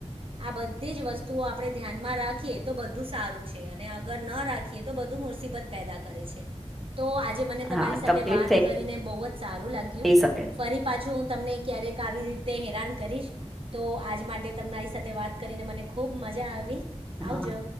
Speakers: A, on the right; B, in the centre.
A: આ બધી જ વસ્તુઓ આપડણે ધ્યાનમાં રાખીએ તો બધું સારું છે, અને અગર ન રાખીએ તો બધું મુબત પેદા કરે છે તો આજે મને તમારી
B: હા,
A: સાથે
B: તકલીફ
A: વાત કરીને બ જ સારું લાગ્યું
B: થઈ શકે
A: ફરી પાછું હું તમને ક્યારેક આવી. તે હેરાન કરીશ તો આજ માટે તમનેરી સાથે વાત કરીને મને ખૂબ મજા આવી. આવ
B: હા
A: જો.